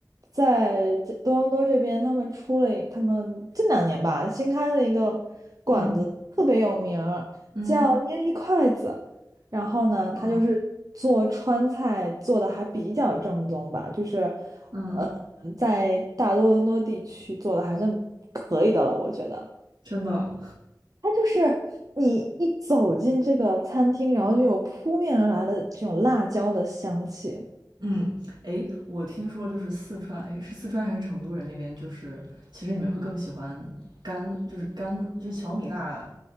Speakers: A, on the right (about 55°); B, on the right (about 80°).
A: 在这多伦多这边，他们出了一他们近两年吧，新开了一个馆子，
B: 嗯
A: 特别有名儿，
B: 嗯
A: 叫捏一筷子。然后呢，他就是做川菜做的还比较正宗吧，
B: 嗯
A: 就是，
B: 嗯，
A: 呃，在大多伦多地区做的还算可以的了，我觉得。
B: 真的。
A: 它就是你一走进这个餐厅，然后就有扑面而来的这种辣椒的香气。
B: 嗯，哎，我听说就是四川，哎，是四川还是成都人那边，就是其实你们会更喜欢干，就是干，就是小米辣，